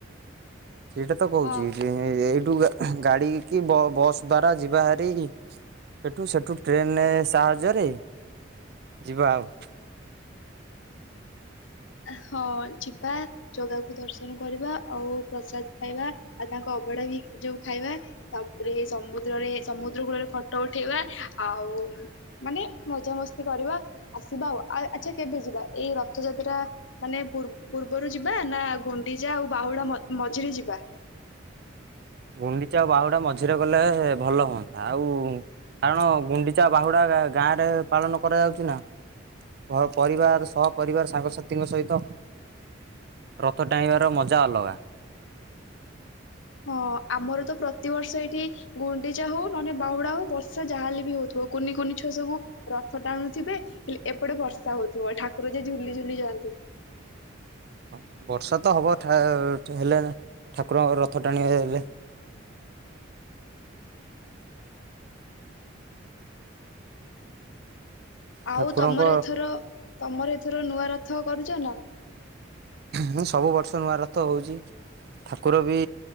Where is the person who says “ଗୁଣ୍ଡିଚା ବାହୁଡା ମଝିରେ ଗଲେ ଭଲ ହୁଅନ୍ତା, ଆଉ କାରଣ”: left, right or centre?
Right